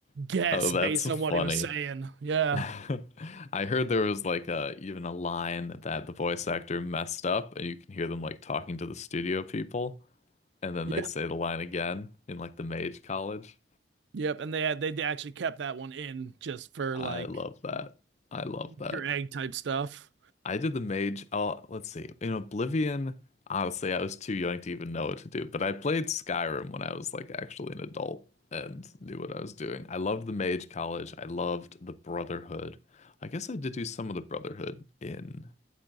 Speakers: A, on the right (about 70°); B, on the left (about 40°).
A: guess
B: Oh, that's
A: based
B: funny.
A: on what he was saying. Yeah.
B: <laughs> I heard there was like a even a line that the voice actor messed up, and you can hear them like talking to the studio people. and then
A: Yep.
B: they say the line again in like the mage college.
A: Yep. And they had they actually kept that one in just for
B: I
A: like
B: love that. I love
A: Easter
B: that.
A: egg type stuff.
B: I did the mage. Oh, let's see. In Oblivion, honestly, I was too young to even know what to do, but I played Skyrim when I was like actually an adult and knew what I was doing. I loved the mage college. I loved the Brotherhood. I guess I did do some of the Brotherhood in